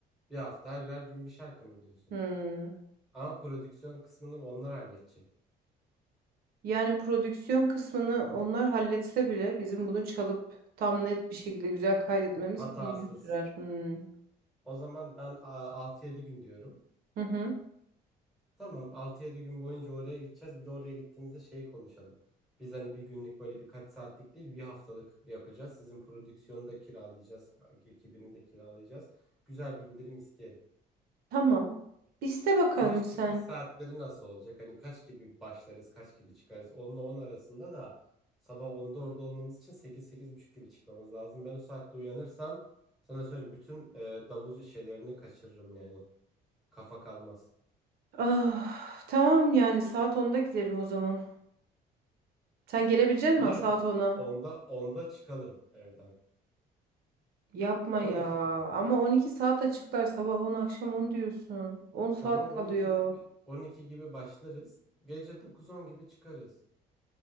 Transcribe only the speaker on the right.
Hmm.
Yani prodüksiyon kısmını onlar halletse bile bizim bunu çalıp tam net bir şekilde güzel kaydetmemiz
bir gün sürer. Hmm.
Hı hı.
Tamam. İste bakalım
sen.
Ah, tamam yani saat onda gidelim o zaman. Sen gelebilecek misin
saat ona?
Yapma
ya.
Ama 12 saat açıklar sabah 10 akşam 10 diyorsun. 10 saat
kalıyor.